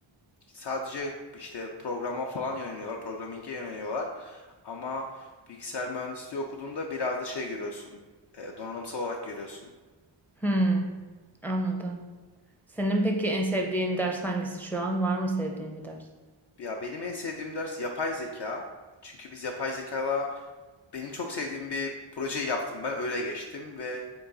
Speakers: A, on the left (about 60°); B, in the centre.
A: sadece işte programa falan yöneliyorlar, programming'e yöneliyorlar. Ama bilgisayar mühendisliği okuduğunda biraz da şey görüyorsun, e, donanımsal olarak görüyorsun.
B: Hmm. Anladım. Senin peki en sevdiğin ders hangisi şu an? Var mı sevdiğin bir ders?
A: Ya benim en sevdiğim ders yapay zeka. Çünkü biz yapay zekayla benim çok sevdiğim bir projeyi yaptım. Ben öyle geçtim ve